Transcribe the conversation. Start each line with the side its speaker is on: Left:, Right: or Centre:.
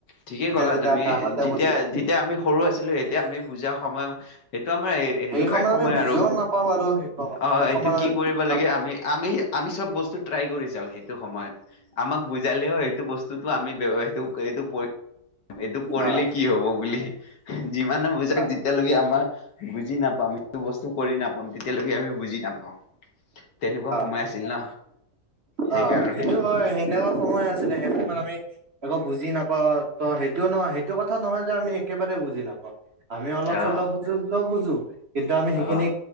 Left: ঠিকেই ক'লা
Right: যেতিয়া
Left: তুমি
Right: আমি আগতে
Left: যেতিয়া
Right: বুজিলো
Left: যেতিয়া আমি সৰু আছিলো এতিয়া আমি বুজা। সময় সিটো আমাৰ সেনেকুৱাই
Right: সেই সময়ত
Left: সময়
Right: আমি বুজিও
Left: আৰু
Right: নাপাওঁ বাৰু সেই সময়ত
Left: অ
Right: সেই
Left: এইটো
Right: সময়ত
Left: কি
Right: আমি
Left: কৰিব
Right: বুজি নাপাওঁ।
Left: লাগে আমি আমি আমি চব বস্তু। ট্ৰাই কৰি চাও সেই। সিটো সময়ত আমাক বুজালেও। এইটো বস্তুতটো আমি এইটো এইটো এইটো কৰিলে
Right: হা
Left: কি হ'ব বুলি। যিমানে বুজাক
Right: হা
Left: যেতিয়ালৈকে আমাৰ বুজি নাপাম সেইটো বস্তু। কৰি নাপাম তেতিয়ালৈকে আমি বুজি নাপাওঁ। তেনেকুৱা
Right: অ
Left: সময় আছিল ন সেইকাৰণে
Right: অ সেইটো হয় সেনেকুৱা সময় আ। আছিলে সেইটো আমি একৌ বুজি নাপাওঁ ত সেইটো নহয় সেইটো কথা নহয় যে আমি একেবাৰে বুজি নাপাওঁ। আমি অলপ
Left: আহ
Right: চলপ বুজো। নবুজো। কিন্তু আমি সেইখিনি।
Left: আহ